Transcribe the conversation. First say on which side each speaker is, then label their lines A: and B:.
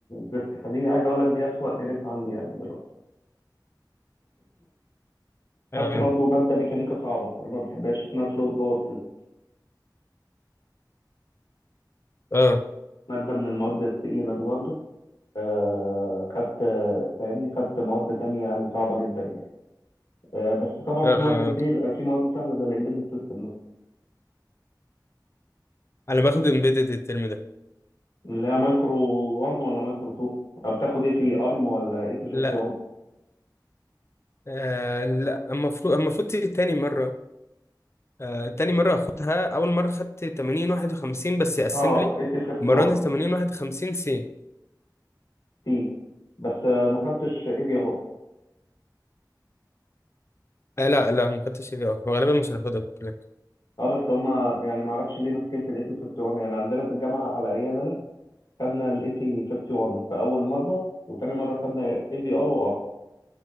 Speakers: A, on the left; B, on the left.
A: زفت فدي عايز اقول لك دي اسوأ جريد عندي يعني دلوقتي
B: <laughs>
A: خدت برضو ماده
B: اه
A: ميكانيكا صعبه انا ما بحبهاش اسمها فلوت باور سيستم،
B: اه
A: ماده من المواد الثقيله دي برضو آه خدت آه، فاهمني خدت مواد تانية يعني صعبه جدا يعني آه بس طبعا
B: اه
A: في مواد سهل في مواد سهله زي الامبيدد سيستم
B: انا باخد امبيدد الترم ده
A: اللي هي مايكرو 1 ولا مايكرو 2 بتاخد ايه في ارم ولا اي تي 51
B: لا آه لا المفروض المفروض تيجي تاني مرة آه، تاني مرة أخدها أول مرة خدت 80 51 بس أسمبلي
A: اه اي تي 51
B: المرة دي 80 51 سي
A: تي بس آه، ما خدتش اي في ار
B: آه لا لا ما خدتش سي في أو غالبا مش هناخدها في الكلية
A: اه بس هما يعني ما اعرفش ليه ماسكين في الاي تي 51 يعني عندنا في الجامعه على ايام انا خدنا الاي تي 51 في اول مره وتاني مره خدنا اي في ار وار